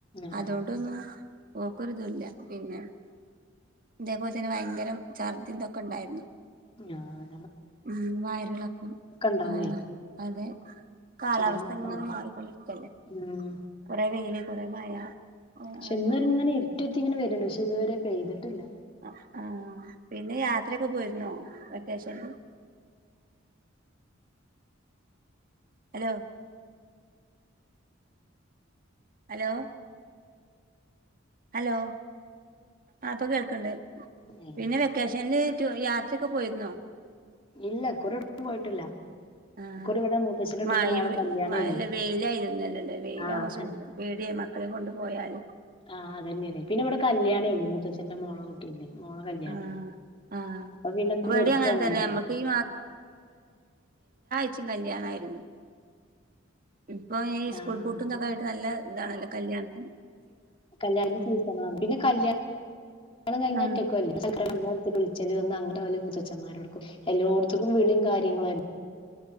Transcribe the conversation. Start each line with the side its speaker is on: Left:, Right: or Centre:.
Left: ആഹ്
Right: അതൊണ്ടൊന്നും ഓക്കരുതു ഇല്ല. പിന്നെ തേപോലെ തന്നെ ഭയങ്കരം ഛർദിതൊക്കെണ്ടായിരുന്നു
Left: ആ
Right: ഉം വയറിളക്കം
Left: ഉണ്ടാവേ
Right: ആ അതെ കാലാവസ്ഥങ്ങനെ
Left: ചെറിയ മക്കളാണ്
Right: മാറിക്കൊണ്ടിരിക്കല്ലേ
Left: ഉം
Right: കൊറെ വെയില് കൊറെ മയ
Left: പക്ഷെ
Right: അങ്ങനെ
Left: ഇന്നൊരു ഇങ്ങനെ ഇരുട്ടുത്തി ഇങ്ങനെ വരുന്നുണ്ട് പക്ഷെ ഇതുവരെ പെയ്തിട്ടില്ല
Right: ആ ആ പിന്നെ യാ ത്രയൊക്കെ പോയിരുന്നോ vacation hello hello hello hello ആപ്പൊ കേൾക്കണ്ട്
Left: ഏഹ്
Right: പിന്നെ വെക്കേഷൻല് <inaudible> യാത്രയൊക്കെ പോയിരുന്നോ
Left: ഇല്ല ഇക്കുറി എവിടേക്കും പോയിട്ടില്ല
Right: ആ
Left: ഇക്കുറി ഇവിടെ മൂത്തച്ഛന്റെ കുട്ടീന്റെ
Right: മയയും
Left: മോളെ കല്യാണേനി
Right: മ ല്ല വെയിലായിരുന്നലല്ലേ വെയില
Left: ആഹ്
Right: പേടിയ മക്കളെം കൊണ്ട് പോയാലും
Left: ആ അതന്നെയേതെ പിന്നെ ഇടെ കല്യാണ മൂത്തച്ഛന്റെ മോള കുട്ടീന്റ മോള കല്യാണായിനി
Right: ആഹ് ആഹ്
Left: അപ്പൊ പിന്നെ ഇക്കുറി
Right: ഇവിടേം
Left: എവിടുക്കും
Right: അങ്ങനെ
Left: അനങ്ങീട്ടില്ല
Right: തന്നെ നമ്മക്ക് ഈ ച്ചും കല്യാണായിരുന്നു ഇപ്പൊ ഈ സ്കൂൾ
Left: ആഹ്
Right: പൂട്ടുന്നൊക്കായിട്ട് നല്ല ഇതാണല്ലോ കല്യാണം
Left: കല്യാണത്തിന്റെ സീസണ പിന്നെ കല്യാണം കണം കഴിഞ്ഞാ
Right: ആഹ്
Left: <inaudible> ല്ലേ വിളിച്ചല് ഒന്ന അങ്ങട്ട് പോലു മുത്തച്ചന്മാരോടുക്കും എല്ലോട്ത്തും വിളിയും കാര്യങ്ങള തന്നെ